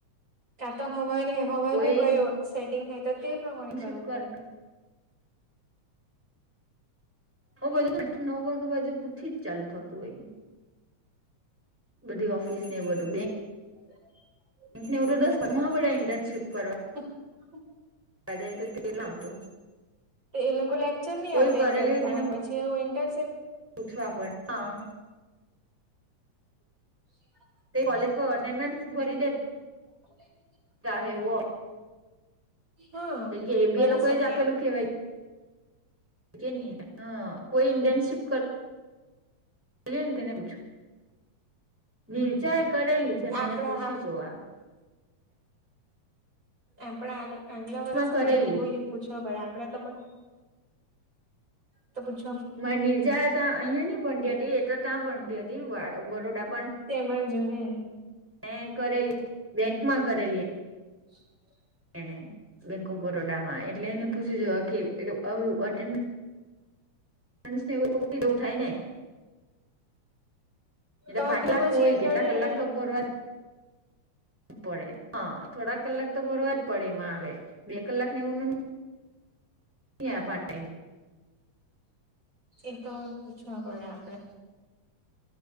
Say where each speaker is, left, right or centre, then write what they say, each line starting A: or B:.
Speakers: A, on the right; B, in the centre.
A: કા તો હવા હવાનું
B: કોઈ
A: કયું સેટિંગ થાય તો તે પ્રમાણે
B: ઇન્ટર્નશીપ
A: કરવું
B: કરે
A: પડ
B: ઓ બાજુ આઠ નવ વાગ્યા બાજુ જ ચાલુ થતું હોય બધી ઓફિસ ને બધું બે
A: હ
B: એવું ઇન્ટર્નશિપ કરવા
A: <unintelligible>
B: જાય તો તે આવતું
A: એ લોકો લેક્ચર નહી
B: કોઈ
A: અટેન્ડ
B: કરેલી
A: કરતા
B: હોય તેને
A: હ પછી જે વિઇન્ટરસ
B: પૂછવા પડે હા
A: શી
B: તે કોલેજ અટેન્ડન્સ ભરી દે.
A: હમ.
B: હેવ.
A: હા
B: કેમ કે એ બી
A: બની
B: એ લોકો
A: શકે
B: જ આપેલું કેહેવાય ન હ કોઈ ઇન્ટનશિપ એ ને તેને પૂછો નિિર્જા એ કરેલી છે મે
A: આપણા
B: એને પૂછી જોવાનું
A: એ પણ આગલા વર્ષમાં
B: માં કરેલી
A: એને કોઈ પૂછવો પડે આપડે તો કોઈ તો પૂછ
B: મા નિર્જા ત અહિયાં નં બનતી હતી એ તો ત્યાં ભનતી હતી બરોડા
A: તેમાં જોય ને
B: મે કરેલી બેંક માં કરેલી
A: <unintelligible>
B: એણે બેંક ઓફ બરોડામાં એટલે એને પૂછી જો અખલ એટ મસને એવું કપડી દ ઉઠાય ને. એ
A: તો
B: પાટલાક
A: જ તો પછી
B: કોય
A: એ
B: કેટલા
A: ગણાય
B: કલાક
A: ને
B: ટોપ બોરવા. પડે હા થોડા કલાક તો ફરવા જ પડીમાં આવે બે કલાક નેવું. એયા પાર ટાઈમ.
A: એ તો. પૂછવા પડે આપડે.